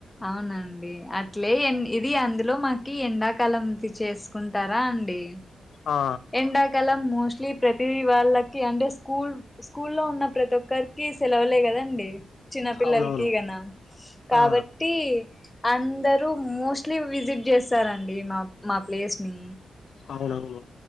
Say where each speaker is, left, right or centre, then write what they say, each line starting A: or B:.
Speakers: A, on the left; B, on the left.
A: అవునండి అట్లే ఇది అందులో మాకు కి ఎండాకాలం చేసుకుంటారా అండి
B: ఆ
A: ఎండాకాలం మోస్ట్లీ ప్రతి వాళ్ళకి అంటే స్కూల్ స్కూల్లో ఉన్న ప్రతి ఒక్కరికి సెలవులే కదండి చిన్నపిల్లలకి
B: అవునవును.
A: గనా కాబట్టి
B: ఆ
A: అందరూ మోస్ట్లీ విజిట్ చేస్తారండి అీ మా మా ప్లేస్ ని
B: కావునావును